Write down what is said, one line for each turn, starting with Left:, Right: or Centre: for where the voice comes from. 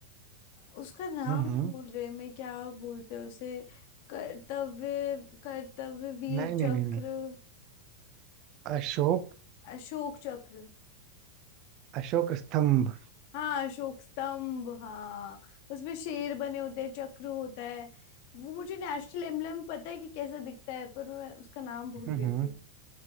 Left: उसका नाम
Right: हम्म हम्म।
Left: भूल रही मैं क्या बोलते हैं उसे कर्तव्य कर्तव्य वीर
Right: नहीं नहीं
Left: चक्र
Right: नहीं नहीं अशोक
Left: अशोक चक्र
Right: अशोक स्तंभ
Left: हाँ अशोक स्तंभ हाँ उसमें शेर बने होते हैं चक्र होता है वो मुझे नेशनल एम्बलम पता है कि कैसा दिखता है पर मैं उसका नाम भूल
Right: हम्म
Left: गई
Right: हम्म।
Left: थी